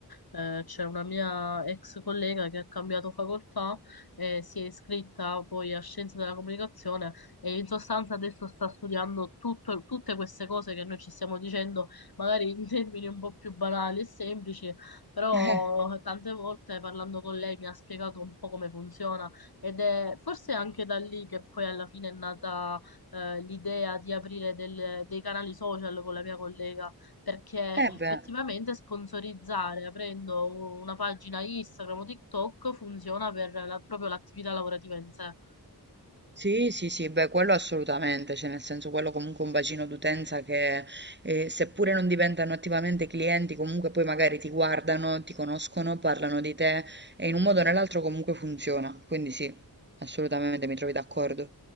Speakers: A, on the left (about 65°); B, on the right (about 25°).
A: eh, c'è una mia ex collega che ha cambiato facoltà e si è iscritta poi a Scienze della Comunicazione e in sostanza adesso sta studiando tutto- tutte queste cose che noi ci stiamo dicendo, magari in <laughs> termini un po' più banali e semplici, però
B: Eh,
A: tante volte parlando con lei mi ha spiegato un po' come funziona ed è forse anche da lì che poi alla fine è nata eh, l'idea di aprire del- dei canali social con la mia collega, perché
B: eh
A: effettivamente
B: beh.
A: sponsorizzare aprendo una pagina Instagram o TikTok funziona per la- proprio l'attività lavorativa in sé.
B: Sì, sì, sì, beh, quello assolutamente, cioè nel senso quello comunque è un bacino d'utenza che eh, seppure non diventano attivamente clienti, comunque poi magari ti guardano, ti conoscono, parlano di te e in un modo o nell'altro comunque funziona. Quindi sì, assolutamente mi trovi d'accordo.